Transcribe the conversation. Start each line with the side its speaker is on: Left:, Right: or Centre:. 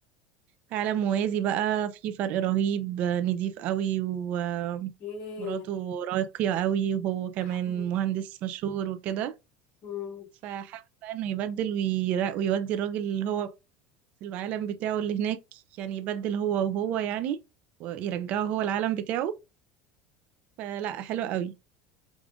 Right: في عالم موازي بقى في فرق رهيب نضيف قوي ومراته
Left: ايه
Right: راقية قوي وهو
Left: <laughs>
Right: كمان مهندس مشهور وكده
Left: امم
Right: فحابب بقى انه يبدل ويرا- ويودي الراجل اللي هو في العالم بتاعه اللي هناك يعني يبدل هو وهو يعني ويرجعه هو العالم بتاعه فلا حلو قوي